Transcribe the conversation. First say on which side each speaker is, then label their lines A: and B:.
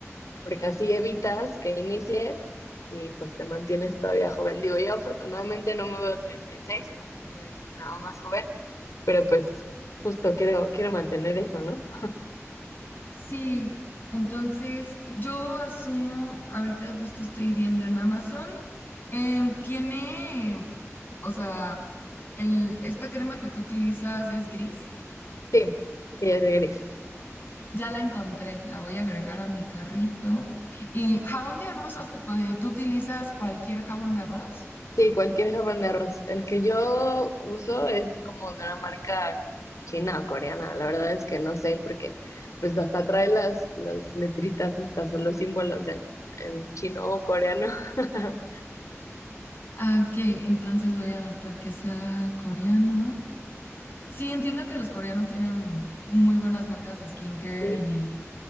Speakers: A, on the left; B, on the left.
A: porque así evitas que inicie y pues te mantienes todavía joven. Digo, yo afortunadamente no me veo treinta y seis la gente me dice no, más joven, pero pues justo quiero, quiero mantener eso, ¿no?
B: Sí, entonces yo asumo, ahorita justo estoy viendo en Amazon, em, tiene, o sea, el, esta crema que tú utilizas es gris.
A: Sí, sí, es gris.
B: Ya la encontré, la voy a agregar a mi carrito. ¿Y jabón de arroz? ocu- eh, ¿Tú utilizas cualquier jabón de arroz?
A: Sí, cualquier habaneros. El que yo uso es como de una marca china o coreana. La verdad es que no sé porque pues hasta trae las, las letritas estas o los símbolos en, en chino o coreano. <laughs>
B: Ah, ok, entonces voy a anotar que sea coreano. Sí, entiendo que los coreanos tienen muy buenas marcas de skincare
A: Sí.
B: y,